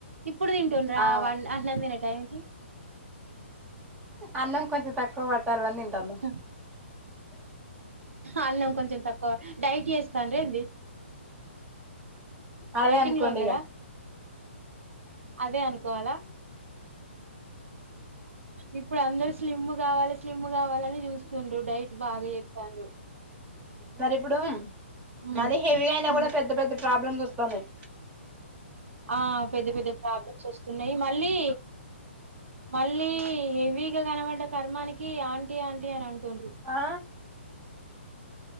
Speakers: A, on the right; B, on the right.
A: ఇప్పుడు తింటుండ్రా
B: ఆ
A: వ అ తినట్ టైమ్ కి
B: అన్నం కొంచెం తక్కువ వాట్టాలని తింటాను
A: హా. అన్నం కొంచెం తక్కువ డైట్ చేస్తాను ర ఇది
B: అదే
A: డైటింగ్
B: అనుకోండి
A: లో ఉండరా
B: ఇగ
A: అదే అనుకోవాలా ఇప్పుడు అందరుూ స్లిమ్ కావాలి స్లిమ్ కావాలని చూస్తు్రు డైట్ బాగా చేస్తాను
B: మరి ఇప్పుడు
A: ఉమ్
B: మది హెవీగా అయినా
A: ఉమ్
B: కూడా పెద్ద పెద్ద ప్రాబ్లమ్స్ వ బనం
A: ఆ పెద్ద పెద్ద ప్రాబ్లమ్స్ వస్తున్నాయి మళ్ళీ మళ్ళీ హెవీగా కనబడ్డ కర్మానికి ఆంటీ ఆంటీ అని అంట తుండ్రు
B: ఆ